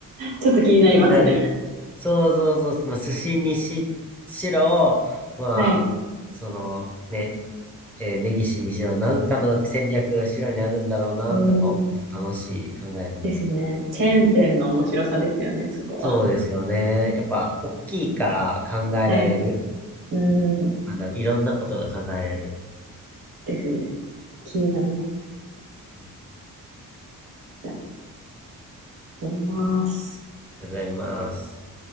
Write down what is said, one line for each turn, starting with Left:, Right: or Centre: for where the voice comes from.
Right: ちょっと気になりますね。
Centre: 気になる。そうそうそう。まあ、寿司にし、しろ、まあ、
Right: はい。
Centre: その、ね、えー、根岸にしろ、なんかの戦略が白にあるんだろうな、
Right: うーん。
Centre: とか、楽しい、考えるの。
Right: ですね。チェーン店の面白さですよね、そこは。
Centre: そうですよね。やっぱ、大きいから考えられる。
Right: はい。うん。
Centre: なんだろう、いろんなことが考えられる。
Right: ですね。気になります。
Centre: うんあ
Right: じゃあ、思います。
Centre: りがとうございます。